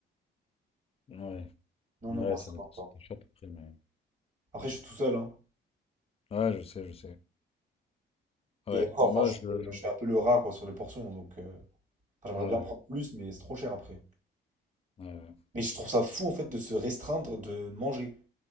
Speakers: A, on the left; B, on the right.
A: Ouais,
B: Non,
A: ouais,
B: non, moi, ça
A: ça dépend.
B: va encore.
A: C'est cher le prix, mais...
B: Après, je suis tout seul, hein.
A: Ouais, je sais, je sais. Ouais,
B: Et encore,
A: moi,
B: enfin,
A: je...
B: je,
A: je-
B: je fais un peu le rat, quoi, sur les portions. Donc, euh, enfin, j'aimerais
A: Ouais, ouais,
B: bien prendre plus, mais c'est trop cher après.
A: ouais. ouais.
B: Mais je trouve ça fou, en fait, de se restreindre de manger